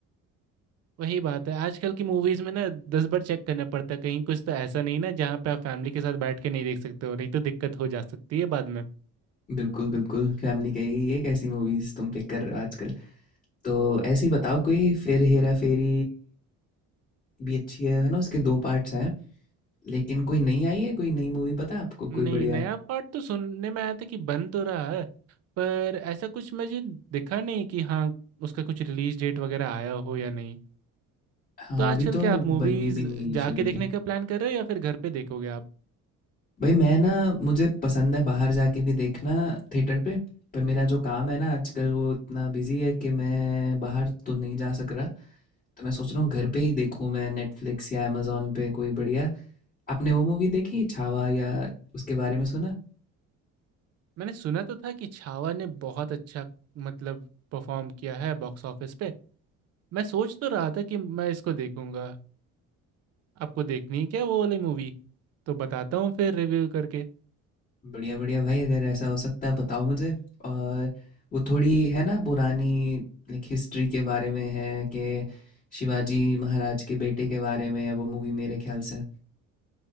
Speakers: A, on the right; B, on the left.
A: वही बात है आजकल की मूवीज में ना दस बार चेक करना पड़ता है कहीं कुछ तो ऐसा नहीं ना जहाँ पे आप फैमिली के साथ बैठ के नहीं देख सकते हो नहीं तो दिक्कत हो जा सकती है बाद में
B: बिल्कुल बिल्कुल फैमिली कहेगी ये कैसी मूवीज तुम पिक कर रहे हो आजकल तो ऐसी बताओ कोई फिर हेरा फेरी भी अच्छी है है ना उसके दो पार्ट्स हैं लेकिन कोई नई आई है कोई नई मूवी पता है आपको
A: नहीं
B: कोई बढ़िया
A: नया पार्ट तो सुनने में आया था कि बन तो रहा है पर ऐसा कुछ मुझे दिखा नहीं कि हाँ उसका कुछ रिलीज डेट वगैरह आया हो या नहीं
B: हाँ
A: तो आजकल
B: अभी तो
A: क्या आप मूवीज
B: बननी भी नहीं
A: जाके
B: शुरू हुई
A: देखने का प्लान कर रहे हो या फिर घर पे देखोगे आप
B: भाई मैं ना मुझे पसंद है बाहर जाके भी देखना थिएटर पे पर मेरा जो काम है ना आजकल वो इतना बिजी है कि मैं बाहर तो नहीं जा सक रहा तो मैं सोच रहा हूँ घर पे ही देखूँ मैं नेटफ्लिक्स या अमेजोन पे कोई बढ़िया आपने वो मूवी देखी छावा या उसके बारे में सुना
A: मैंने सुना तो था कि छावा ने बहुत अच्छा मतलब परफॉर्म किया है बॉक्स ऑफिस पे मैं सोच तो रहा था कि मैं इसको देखूंगा आपको देखनी है क्या वो वाली मूवी तो बताता हूँ फिर रिव्यू करके
B: बढ़िया बढ़िया भाई अगर ऐसा हो सकता है बताओ मुझे और वो थोड़ी है ना पुरानी लाइक हिस्ट्री के बारे में है कि शिवाजी महाराज के बेटे के बारे में है वो मूवी मेरे ख्याल से